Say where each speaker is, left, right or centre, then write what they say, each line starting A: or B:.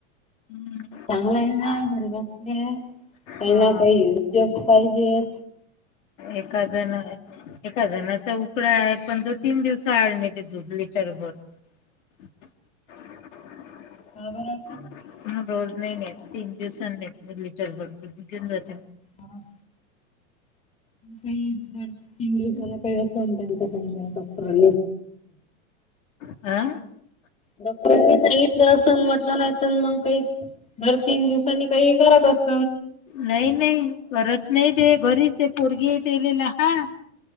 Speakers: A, on the left; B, on the left.
A: हम्म
B: चांगलं आहे ना <unintelligible> काही
A: हा
B: ना काही उद्योग पाहिजे.
A: एका जण एका जणाचा उकडा आहे पण दो तीन दिवस आळणे ते झुबली <unintelligible>
B: का बरं असं
A: म रोज नाही घेत तीन दिवसांनी लिटरर घेऊन जाते.
B: हा. काही हिंदुस्ना काही असं त्यां डॉक्टरां
A: आ.
B: डॉक्टरांनी सांगितलं अस म्हटलं नाही तर मग काही दर तीन दिवसांनी काही करत असत.
A: नाही नाही परत नाही ते घरीच ते पोरगीेतले लहान